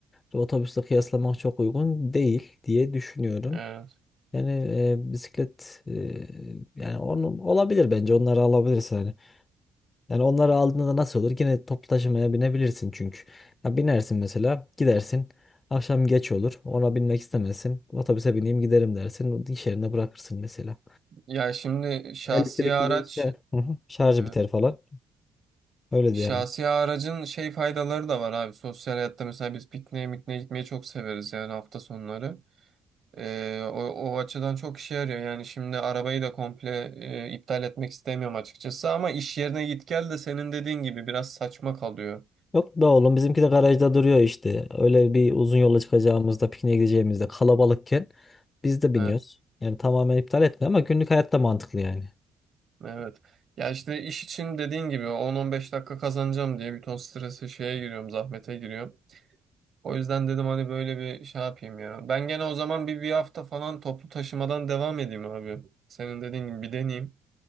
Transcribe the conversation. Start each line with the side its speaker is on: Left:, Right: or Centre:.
Left: otobüsle kıyaslamak çok uygun değil diye düşünüyorum.
Right: Evet.
Left: Yani e, bisiklet e, yani onu olabilir bence onları alabilirsin hani. Yani onları aldığında nasıl olur? Yine toplu taşımaya binebilirsin çünkü. Ya binersin mesela, gidersin. Akşam geç olur. Ona binmek istemezsin. Otobüse bineyim giderim dersin. İş yerine bırakırsın mesela.
Right: Ya şimdi şahsi
Left: Elektrikli
Right: araç
Left: işte. Hı hı. Şarjı
Right: evet.
Left: biter falan. Öyle
Right: Şahsi
Left: de yani.
Right: aracın şey faydaları da var abi. Sosyal hayatta mesela biz pikniğe mikniğe gitmeyi çok severiz yani hafta sonları. Ee, o, o açıdan çok işe yarıyor. Yani şimdi arabayı da komple e, iptal etmek istemiyorum açıkçası ama iş yerine git gel de senin dediğin gibi biraz saçma kalıyor.
Left: Yok da oğlum bizimki de garajda duruyor işte. Öyle bir uzun yola çıkacağımızda, pikniğe gideceğimizde kalabalıkken biz de biniyoruz.
Right: He,
Left: Yani tamamen iptal etme ama günlük hayatta mantıklı yani.
Right: evet. Ya işte iş için dediğin gibi 10-15 dakika kazanacağım diye bir ton strese şeye giriyorum, zahmete giriyorum. O yüzden dedim hani böyle bir şey yapayım ya. Ben gene o zaman bir bir hafta falan toplu taşımadan devam edeyim abi. Senin dediğin gibi bir deneyeyim.